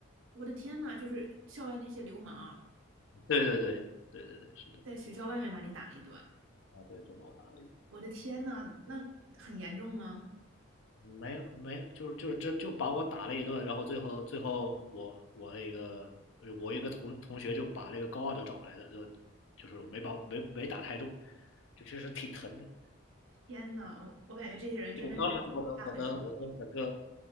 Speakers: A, on the right; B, on the left.
A: 我的天呐，就是校外那些流氓
B: 对对对对对对，是的，
A: 在学校外面把你打了一顿，
B: 啊对，真把我打了一顿。
A: 我的天呐，那很严重吗？
B: 没有没，就是就是这就就把我打了一顿，然后最后最后我我那个我一个同同学就把那个高二的找来的，就就是没把没没打太重，就确实挺疼的。
A: 天呐，我我感觉这些人真的是下狠手。
B: 就我当时我的我的我的整个